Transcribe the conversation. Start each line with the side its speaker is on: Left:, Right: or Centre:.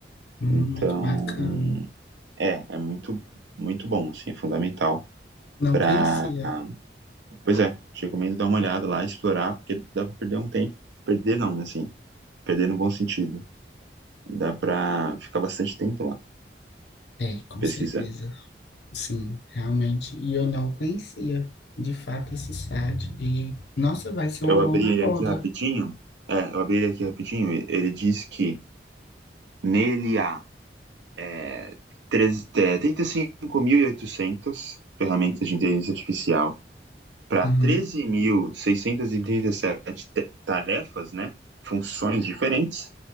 Left: Hum,
Right: Então,
Left: Muito bacana.
Right: é, é muito, muito bom, assim, é fundamental
Left: Não
Right: para,
Left: conhecia.
Right: pois é, te recomendo dar uma olhada lá, explorar, porque dá para perder um tempo, perder não, né, assim, perder no bom sentido, dá para ficar bastante tempo lá
Left: É, com
Right: pesquisando.
Left: certeza. Sim, realmente. E eu não conhecia, de fato, esse site. E, nossa, vai ser
Right: Eu
Left: uma mão
Right: abri
Left: na
Right: ele
Left: roda.
Right: aqui rapidinho, é, eu abri ele aqui rapidinho, ele diz que nele há é, treze- é, 35.800 ferramentas de inteligência artificial para
Left: Uhum,
Right: 13.637 tarefas, né, funções diferentes,